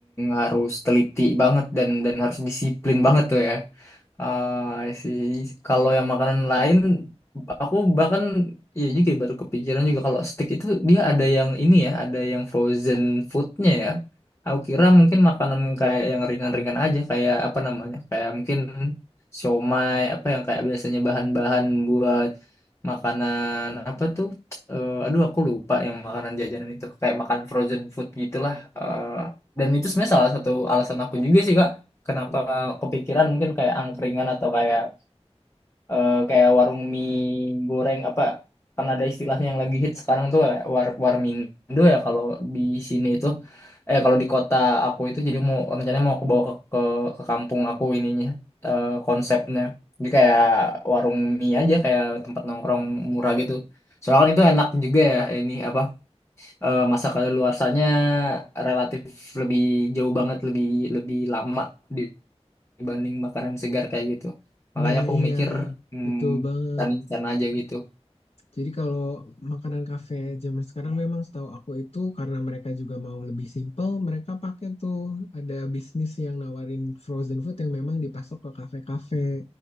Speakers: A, on the left; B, on the left.
A: harus teliti banget dan dan harus disiplin banget tuh ya. Ah, sih. Kalau yang makanan lain, aku bahkan ya juga ya, baru kepikiran juga kalau steak itu dia ada yang ini ya, ada yang frozen foodnya ya. Aku kira mungkin makanan kayak yang ringan-ringan aja, kayak apa namanya, kayak mungkin siomay, apa yang kayak biasanya bahan-bahan buat makanan apa tuh? Eh, aduh, aku lupa yang makanan jajanan itu, kayak makan frozen food gitulah. Eh, dan itu sebenarnya salah satu alasan aku juga sih Kak kenapa kepikiran mungkin kayak angkringan atau kayak eh, kayak warung mie goreng apa karena ada istilahnya yang lagi hit sekarang tuh kayak war warmindo ya kalau di sini itu eh kalau di kota aku itu jadi mau rencananya mau aku bawa ke ke, ke kampung aku ininya eh, konsepnya jadi kayak warung mie aja kayak tempat nongkrong murah gitu soalnya kan itu enak juga ya ini apa eh, masa kadaluarsanya relatif lebih jauh banget lebih lebih lama di dibanding makanan segar kayak gitu. Makanya
B: Nah
A: aku
B: iya
A: mikir hmm,
B: betul banget.
A: instan-instan aja gitu.
B: Jadi kalau makanan kafe zaman sekarang memang setahu aku itu karena mereka juga mau lebih simple, mereka pakai tuh ada bisnis yang nawarin frozen food yang memang dipasok ke kafe-kafe.